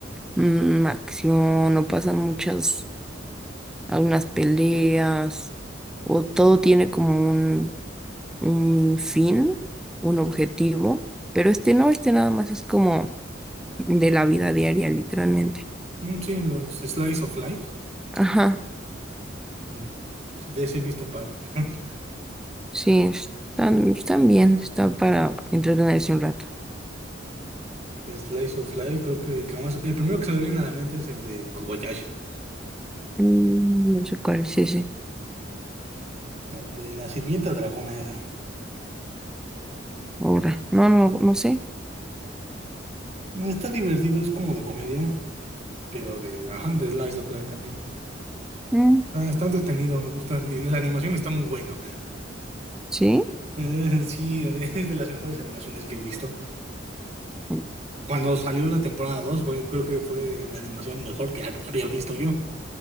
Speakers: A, in the centre; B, on the right.
A: mm, acción, no pasan muchas algunas peleas, o todo tiene como un, un fin, un objetivo, pero este no, este nada más es como de la vida diaria, literalmente.
B: Mm, Sí, los Slice of Life.
A: Ajá,
B: Mm. Sí, de ese he visto un par. <laughs>
A: sí, están, están bien, está para entretenerse un rato.
B: Slice of Life, creo que, que más- el primero que se me viene a la mente es el de Kobayashi,
A: Mm, No sé cuál es ese
B: el de la sirvienta dragona esa.
A: ahora. No, no, no sé.
B: Está divertido, es como de comedia, pero de, ajá, de Slice of Life también.
A: Mm,
B: Ah, está entretenido, me gusta. y La animación está muy bueno.
A: ¿Sí?
B: Eh, sí, o sea, <laughs> es de las mejores animaciones que he visto.
A: Ok.
B: Cuando salió la temporada 2, fue- creo que fue la animación mejor que hab- había visto yo.